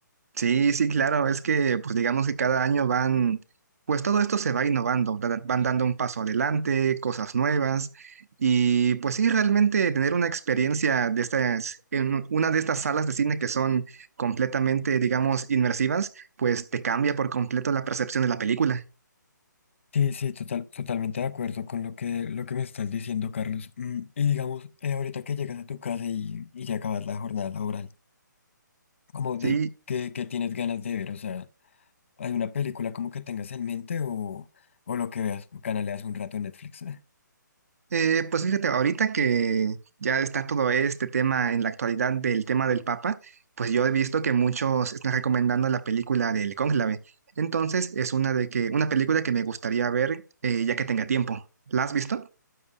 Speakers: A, on the right (about 50°); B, on the left (about 40°).
A: Sí, sí, claro, es que pues digamos que cada año van, pues todo esto se va innovando, da- van dando un paso adelante, cosas nuevas y pues sí, realmente tener una experiencia de estas, en una de estas salas de cine que son completamente, digamos, inmersivas, pues te cambia por completo la percepción de la película.
B: Sí, sí, total, totalmente de acuerdo con lo que, lo que me estás diciendo, Carlos. Mm, y digamos, eh, ahorita que llegas a tu casa y, y ya acabas la jornada laboral. como de
A: Sí,
B: qué qué tienes ganas de ver, o sea, ¿hay una película como que tengas en mente o, o lo que veas, canaleas un rato en Netflix? <laughs>
A: Eh, pues fíjate, ahorita que ya está todo este tema en la actualidad del tema del Papa, pues yo he visto que muchos están recomendando la película del Cónclave. Entonces es una de que, una película que me gustaría ver eh, ya que tenga tiempo. ¿La has visto?